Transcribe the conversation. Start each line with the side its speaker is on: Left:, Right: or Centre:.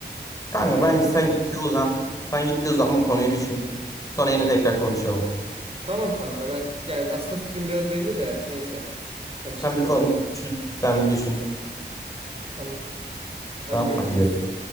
Left: Kanka
Right: Yani
Left: bence
Right: öyle
Left: sen
Right: söyleyeyim
Left: git
Right: sana.
Left: bir uzan. Sen git bir uzan bu konuyu düşün. Sonra yine tekrar konuşalım.
Right: Tamam kanka ben yani aslında fikrim biraz belli de neyse. Kaçayım
Left: Sen bir
Right: ben
Left: konu
Right: hadi.
Left: düşün. Sen bir düşün.
Right: Tamam. Hadi
Left: Tamam
Right: görüşürüz.
Left: hadi görüşürüz.